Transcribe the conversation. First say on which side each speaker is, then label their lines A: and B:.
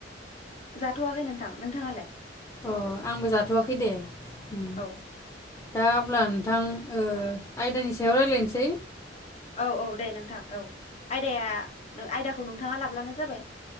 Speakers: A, on the left; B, on the left.
A: जाथवाखै नोंथां नोंथाङालाय?
B: अ आंबो जाथवाखै दे। उम
A: औ
B: दा अब्ला नोंथां ओ आयदानि सायाव रायलायनोसै।
A: औ औ दे नोंथां औ आयदाया नों आयदाखौ नोंथाङा लाब्लानो जाबाय